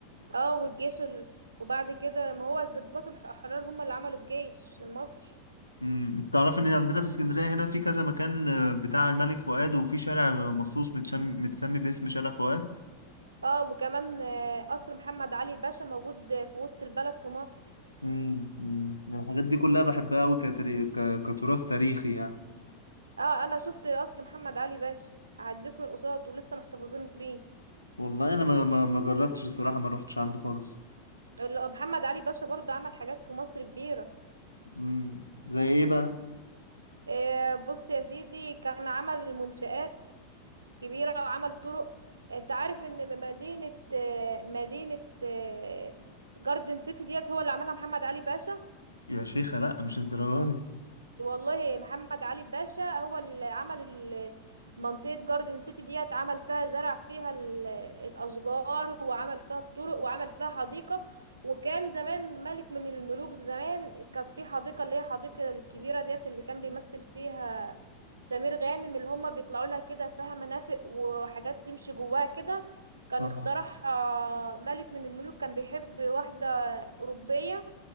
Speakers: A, on the right; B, on the left.
A: اه والجيش ال... وبعد كده ما هو الضباط الح- الحرار هم اللي عملوا الجيش المصري
B: مم. انت تعرف ان عندنا في اسكندريه هنا في كذا مكان آه، بتاع الملك فؤاد وفي شارع مخصوص متشم... متسمي باسم شارع فؤاد
A: اه وكمان آه، قصر محمد علي باشا موجود آه، في وسط البلد في مصر
B: مم، مم. الحاجات دي كلها بحبها قوي كتري... ك... كتراث تاريخي يعني
A: اه انا شفت قصر محمد علي باشا عديت من قصاد ولسه محتفظين بيه
B: والله انا ما ما, ما جربتش الصراحه ما روحتش عنده خالص
A: ال- محمد علي باشا برضه عمل حاجات في مصر كبيرة
B: مم. زي ايه بقى
A: آه بص يا سيدي كان عمل منشآت كبيرة وعمل طرق انت عارف ان مدينة آه، مدينة آه، جاردن سيتي ديت هو اللي عملها محمد علي باشا
B: يا شيخة لا مش الدرجه دي
A: والله محمد علي باشا هو اللي عمل ال- منطقة جاردن سيتي ديت عمل فيها زرع فيها ال- الأشجار وعمل فيها الطرق وعمل فيها حديقة وكان زمان ملك من الملوك زمان كانت في حديقة اللي هي الحديقة الكبيرة ديت اللي كان بيمثل فيها سمير غانم اللي هما بيطلعوا لها كده فيها مرافق وحاجات تمشي جواها كده كان
B: اه
A: اخترعها ملك من الملوك كان بيحب واحدة أوروبية